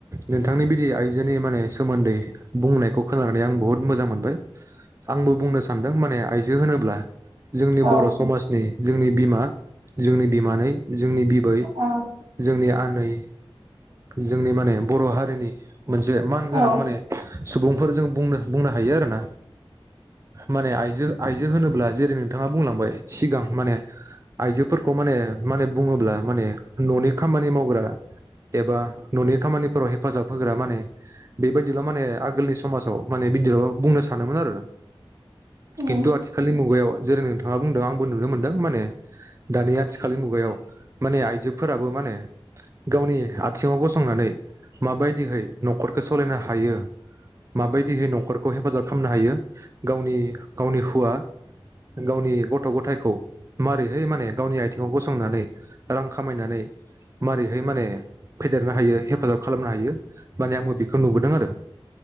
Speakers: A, on the right; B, on the right.
A: नोंथांनि बिदि आइजोनि माने सोमोन्दै बुंनायखौ खोनानानै आं बुहुद मोजां मोनबाय आंबो बुंनो सानदों माने आइजो होनोब्ला‌ जोंनि
B: औ
A: बर' समाजनि जोंनि बिमा जोंनि बिमानै जोंनि बिबै
B: औ
A: जोंनि आ नै जोंनि माने बर' हारिनि मोनसे मानगोनां
B: औ
A: माने सुबुंफोर जों बुंनो बुंनो हायो आरोना माने आइजो आइजो होनोब्ला जेरै नोंथाङा बुंलांबाय सिगां माने आइजोफोरखौ माने माने बुङोब्ला माने न'नि खामानि मावग्रा एबा न'नि खामानिफोराव हेफाजाब होग्रा माने बेबायदिल' माने आगोलनि समाजाव माने बिदिल' बुंनो सानोमोन आरो।
B: उम
A: खिन्थु आथिखालनि मुगायाव जेरै नोंथां मा बुंदों आंबो नुनो मोनदों माने दानि आथिखालनि मुगायाव माने आइजोफोराबो माने गावनि आथिङाव गसंनानै माबायदिहै न'खरखौ सालायनो हायो माबायदिहै न'खरखौ हेफाजाब खालामनो हायो गावनि गावनि हुवा गावनि गथ' गथायखौ मारैहै माने गावनि आथिङाव गसंनानै रां खामायनानै मारैहाय माने फेदेरनो हायो हेफाजाब खालामनो हायो माने आंबो बेखौ नुबोदों आरो